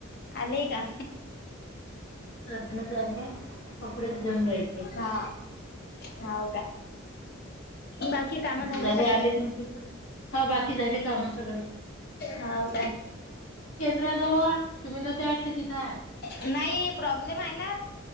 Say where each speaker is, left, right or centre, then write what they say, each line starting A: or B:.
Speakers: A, on the left; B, on the left.
A: आले का.
B: अठरा झाले. कपडेच देऊन राहिले.
A: हा हाव का? बाकी कामं झाली
B: झाले
A: सगळे.
B: आले तुमचे हा बाकी झाले काम सगळे.
A: हाव का.
B: <unintelligible> जवळ ते म्हणलं त्या <unintelligible> तिथंय
A: नाही प्रॉब्लेम हाय ना.